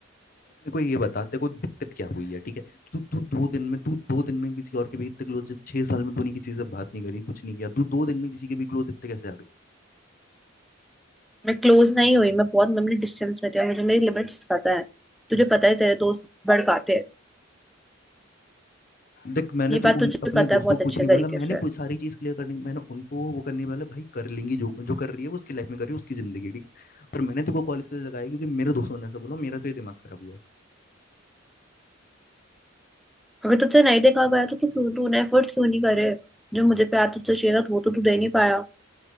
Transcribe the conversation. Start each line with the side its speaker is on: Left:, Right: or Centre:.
Left: मेरे को ये बता तेरे को दिक्कत क्या हुई है ठीक है तू तू दो दिन में तू दो दिन में किसी और के भी इतने क्लोज जब छह साल में तूने किसी से बात नहीं करी कुछ नहीं किया तू दो दिन में किसी के भी क्लोज इतने कैसे आ
Centre: मैं क्लोज नहीं हुई मैं बहुत लंबी डिस्टेंस में थी और मुझे मेरी लिमिट्स पता है तुझे पता है तेरे दोस्त भड़काते हैं
Left: देख मैंने
Centre: ये
Left: तो
Centre: बात
Left: उन
Centre: तुझे
Left: अपने
Centre: पता
Left: दोस्तों
Centre: है बहुत
Left: को कुछ
Centre: अच्छे
Left: नहीं
Centre: तरीके
Left: बोला मैंने
Centre: से
Left: कुछ सारी चीज क्लियर करने मैंने उनको वो करने वाला भाई कर लेंगी जो जो कर रही है वो उसकी लाइफ में कर रही है उसकी जिंदगी है, ठीक है पर मैंने तेको कॉल इसलिए लगाया क्योंकि मेरे दोस्तों ने ऐसा बोला मेरा तो ये दिमाग खराब हुआ है
Centre: अगर तुझसे नहीं देखा गया तो तू क्यों तूने एफर्ट्स क्यों नहीं करे जो मुझे प्यार तुझसे चाहिए था तो वो तो तू दे नहीं पाया